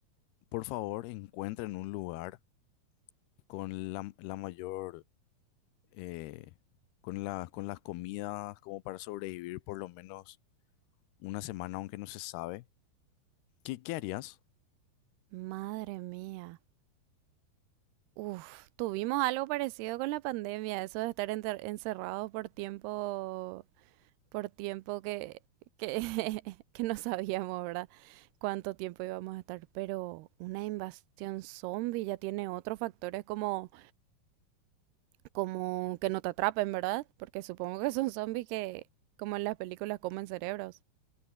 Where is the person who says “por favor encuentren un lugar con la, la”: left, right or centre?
Left